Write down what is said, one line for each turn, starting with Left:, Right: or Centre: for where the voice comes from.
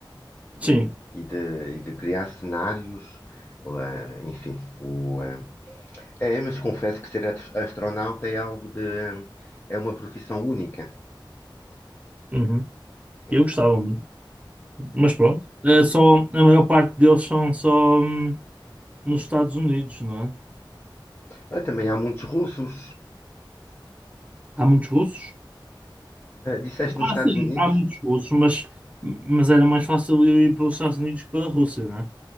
Right: Sim,
Left: e de, e de criar cenários, eh, enfim. O, eh, é, mas confesso que ser ast- astronauta é algo de, eh, é uma profissão única.
Right: uhum.
Left: é.
Right: Eu gostava muito. Mas pronto, é só, a maior parte deles são só hum, nos Estados Unidos, não é?
Left: Ah, Também há muitos russos.
Right: Há muitos russos?
Left: Eh, disseste
Right: Ah,
Left: nos Estados
Right: sim,
Left: Unidos?
Right: há muitos russos, mas, mas era mais fácil eu ir para os Estados Unidos que pela Rússia, não é?